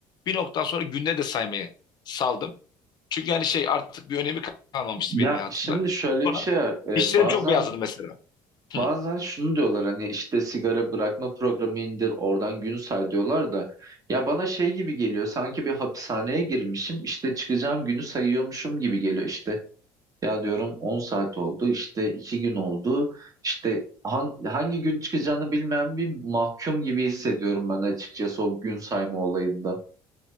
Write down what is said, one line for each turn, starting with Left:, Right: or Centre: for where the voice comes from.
Left: Bir noktadan sonra günleri de saymayı saldım. Çünkü hani şey artık bir önemi kalmamıştı
Right: Ya
Left: benim hayatımda.
Right: şimdi şöyle
Left: Sonra
Right: bir şey var. Ee,
Left: işlerim
Right: bazen
Left: çok beyazladı mesela. Hı.
Right: bazen şunu diyorlar hani işte sigara bırakma programı indir oradan gün say diyorlar da ya bana şey gibi geliyor sanki bir hapishaneye girmişim işte çıkacağım günü sayıyormuşum gibi geliyor işte. Ya diyorum 10 saat oldu işte 2 gün oldu işte han- hangi gün çıkacağını bilmeyen bir mahkum gibi hissediyorum ben açıkçası o gün sayma olayında.